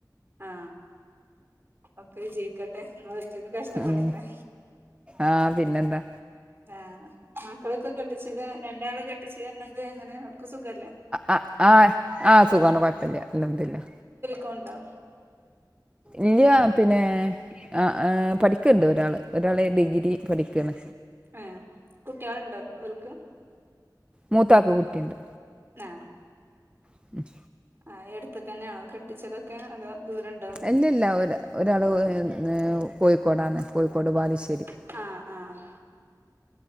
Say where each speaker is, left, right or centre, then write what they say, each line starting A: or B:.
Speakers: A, on the right; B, on the right.
A: ആ... ഒക്കെ ജയിക്കട്ടെ എങ്ങള് ഒറ്റക്ക് കഷ്ടപ്പെടണ്ടേ?
B: ഉം ആഹ് പിന്നെന്താ
A: ആഹ് മക്കളൊക്കെ കെട്ടിച്ചത് രണ്ടാള് കെട്ടിച്ചണെങ്കിൽ അങ്ങനെ ഒർക്ക് സുഖല്ലേ?
B: ആഹ് ആഹ ആ സുഖമാണ് കുഴപ്പമില്ല അൽഹംദുലില്ലാ
A: കൊണ്ടാ
B: ഇല്ല പിന്നെ ആ.. ആഹാ പഠിക്കണ്ട് ഒരാള് ഒരാള് ഡിഗ്രി പഠിക്കാണ്.
A: ആഏ കുട്ടികളുണ്ടോ ഓൾക്ക്?
B: മൂത്താക്ക് കുട്ടിയുണ്ട്.
A: നാ
B: ട്ടിം <inaudible>
A: ആയ് എടുത്തൊ തന്നെയാ കെട്ടിച്ചതൊക്കെ അതോ ദൂരണ്ടൊ?
B: അല്ല ഇല്ല ഒ ഒരാള് ഉം.... കോഴിക്കോടാണ്, കോഴിക്കോട് ബാലുശ്ശേരി.
A: ആഹ ആഹ